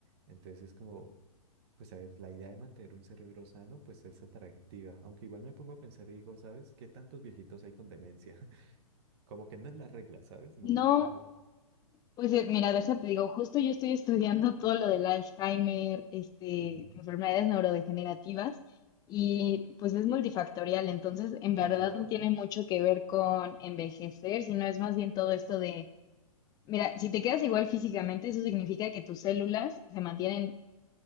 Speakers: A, on the right (about 45°); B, on the left (about 20°).
A: Entonces es como... Pues a ver, la idea de mantener un cerebro sano, pues es atractiva, aunque igual me pongo a pensar y digo, ¿sabes qué tantos viejitos hay con demencia? <laughs> Como que no es la regla, ¿sabes? No.
B: No,
A: no-
B: pues eh, mira, de esa te digo, justo yo estoy estudiando todo lo del Alzheimer, este,
A: Ujú.
B: enfermedades neurodegenerativas, y pues es multifactorial, entonces en verdad
A: Sí, claro.
B: no tiene mucho que ver con envejecer, sino es más bien todo esto de, mira, si te quedas igual físicamente, eso significa que tus células se mantienen